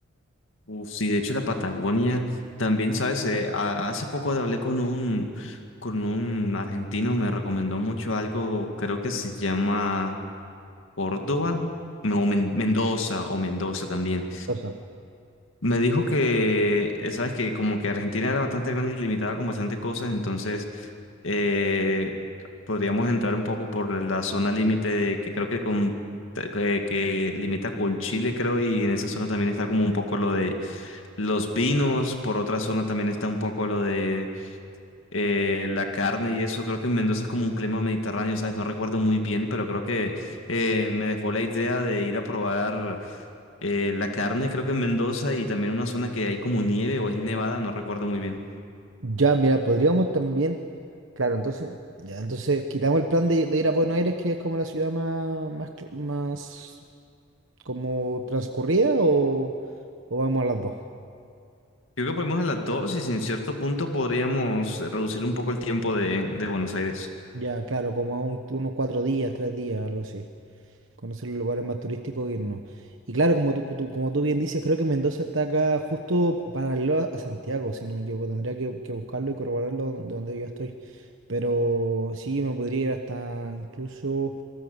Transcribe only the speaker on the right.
Eso.
Ya, mira, podríamos también, claro, entonces, ya, entonces quitamos el plan de, de ir a Buenos Aires, que es como la ciudad más, más, cl- más como transcurrida, o, o vamos a las dos.
Ya, claro, como a un- unos cuatro días, tres días, algo así. Conocer los lugares más turísticos e irnos. Y claro, como tú, tú- como tú bien dices, creo que Mendoza está acá justo paralelo a a Santiago, si no me equivoco. Tendría que, que buscarlo y corroborarlo de donde yo estoy. Pero sí, me podría ir hasta incluso,